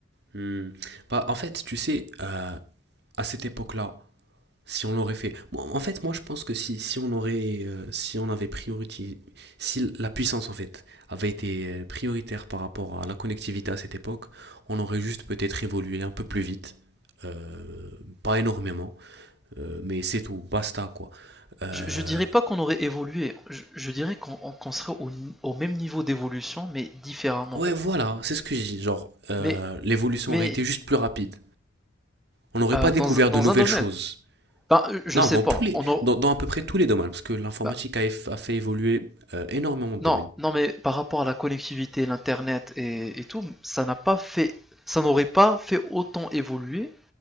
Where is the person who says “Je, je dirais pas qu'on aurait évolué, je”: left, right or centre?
Centre